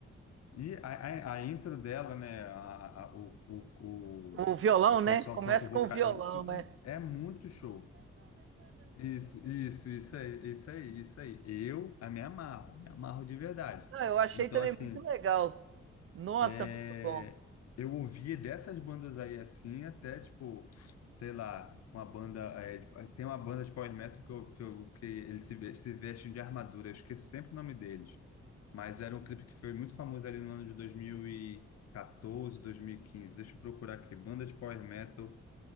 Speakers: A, on the left; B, on the right.
A: E a, a, a intro dela, né? A, a- o, o,
B: o violão,
A: o, o pessoal
B: né? Começa
A: canta o vocal.
B: com o violão,
A: Isso
B: né?
A: é é muito show. Isso, isso, isso aí, isso aí, isso aí. Eu a me amarro, me amarro de verdade.
B: Não, eu achei
A: Então,
B: também
A: assim,
B: muito legal. Nossa,
A: é,
B: muito bom.
A: eu ouvia dessas bandas aí assim, até tipo, sei lá, uma banda. é, de- tem uma banda de power metal que, eu, que, eu- que eles se, ve- se vestem de armadura, eu esqueço sempre o nome deles. Mas era um clipe que foi muito famoso ali no ano de dois dois mil mil e quatorze, dois mil e quinze Deixa eu procurar aqui. Banda de power metal.